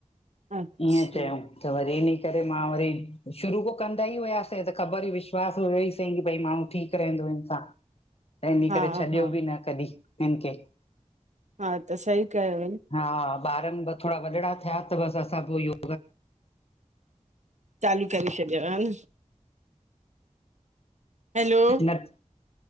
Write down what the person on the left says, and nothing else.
ईअं चयउ। त वरी इनि करे मां वरी शुरू खों कंदा ई हुयासीं त ख़बर हुई विश्वास हुयो ई सही भई माण्हू ठीक रहंदो हिन सां। त हिने
करे छॾियो
बि न कॾहिं हिन खे।
हा, ॿारनि थोरा वॾड़ा थिया, तव असां सां पो इयो
चालू न